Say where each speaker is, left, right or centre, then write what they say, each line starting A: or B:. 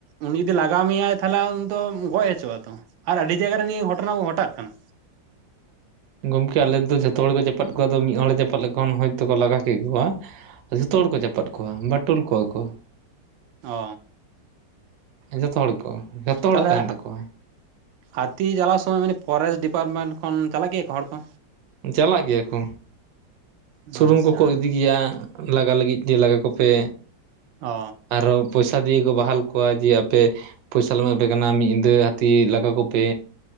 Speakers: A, on the right; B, on the right.
A: ᱩᱱᱤ ᱡᱩᱫᱤ ᱞᱟᱜᱟ ᱢᱮᱭᱟᱭ ᱛᱟᱦᱚᱞᱮ ᱩᱱᱤ ᱫᱚ ᱜᱚᱡ ᱦᱚᱪᱚᱜᱼᱟ ᱛᱚ ᱟᱨ ᱟᱹᱰᱤ ᱡᱟᱭᱜᱟ ᱨᱮ ᱱᱤᱭᱟᱹ ᱜᱷᱚᱴᱚᱱᱟ ᱠᱚ ᱜᱷᱚᱴᱟᱣᱜ ᱠᱟᱱᱟ
B: ᱜᱚᱢᱠᱮ ᱟᱞᱮᱫ ᱫᱚ ᱡᱷᱚᱛᱚ ᱦᱚᱲ ᱜᱮ ᱪᱟᱯᱟᱫ ᱠᱚᱣᱟ ᱟᱫᱚ ᱢᱤᱫ ᱦᱚᱲ ᱪᱟᱯᱟ ᱞᱮᱠᱷᱟᱱ ᱦᱚᱭᱛᱚᱠᱚ ᱠᱚ ᱞᱟᱜᱟ ᱠᱮᱜ ᱠᱚᱣᱟ ᱡᱚᱛᱚ ᱦᱚᱲ ᱠᱚ ᱪᱟᱯᱟᱫ ᱠᱚᱣᱟ ᱵᱟᱹᱴᱩᱞ ᱠᱚᱣᱟ ᱠᱚ
A: ᱚ
B: ᱡᱚᱛᱚ ᱦᱚᱲ ᱠᱚ ᱡᱚᱛᱚ
A: ᱛᱟᱦᱚᱞᱮ
B: ᱦᱚᱲᱟᱜ ᱛᱟᱦᱮᱱ ᱛᱟᱠᱚᱣᱟ
A: ᱦᱟᱹᱛᱤ ᱪᱟᱞᱟᱣ ᱥᱚᱢᱚᱭ ᱢᱟᱱᱮ ᱯᱷᱚᱨᱮᱥᱴ ᱰᱤᱯᱟᱴᱢᱮᱱᱴ ᱠᱷᱚᱱ ᱪᱟᱞᱟᱜ ᱜᱮᱭᱟ ᱠᱚ ᱦᱚᱲ ᱠᱚ
B: ᱪᱟᱞᱟᱜ ᱜᱮᱭᱟ ᱠᱚ ᱥᱩᱱᱩᱢ
A: ᱟᱪᱪᱷᱟ
B: ᱠᱚᱠᱚ ᱤᱫᱤ ᱜᱮᱭᱟ ᱞᱟᱜᱟ ᱞᱟᱹᱜᱤᱫ ᱡᱮ ᱞᱟᱜᱟ ᱠᱚᱯᱮ
A: ᱚ
B: ᱟᱨᱦᱚᱸ ᱯᱚᱭᱥᱟ ᱫᱤᱭᱮ ᱠᱚ ᱵᱟᱦᱟᱞ ᱠᱚᱣᱟ ᱡᱮ ᱟᱯᱮ ᱯᱚᱭᱥᱟᱞᱮ ᱮᱢᱟ ᱯᱮ ᱠᱟᱱᱟ ᱢᱤᱫ ᱧᱤᱫᱟᱹ ᱦᱟᱹᱛᱤ ᱞᱟᱜᱟ ᱠᱚᱯᱮ